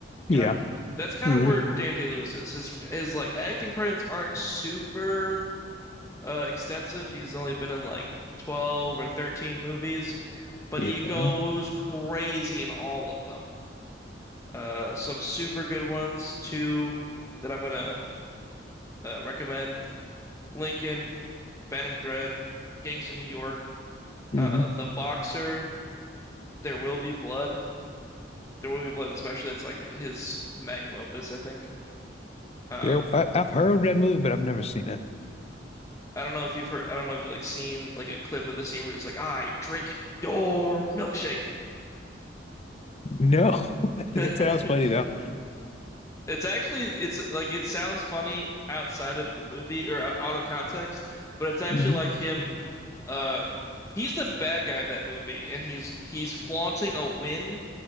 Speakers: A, on the left; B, on the left.
A: You
B: Yeah,
A: know, that's kind
B: hmm
A: of where Dan Day-Lewis is. His his like acting credits aren't super uh, extensive. He's only been in like 12 or 13 movies, but
B: yeah,
A: he goes crazy in all of them. Uh, some super good ones too that I'm gonna uh, recommend: Lincoln, Phantom Thread, Gangs of New York,
B: hmm
A: uh, The Boxer, There Will Be Blood. There Will Be Blood, especially that's like his magnum opus, I think. Um,
B: There, I, I've heard that movie, but I've never seen it.
A: I don't know if you've heard, I don't know if you like seen like a clip of the scene where he was like, "I drink your milkshake."
B: No, <laughs>
A: <laughs>
B: that sounds funny though.
A: It's actually it's like it sounds funny outside of the movie or out of context, but it's actually
B: <laughs> hmm
A: like him uh he's the bad guy of that movie and he's he's flaunting a win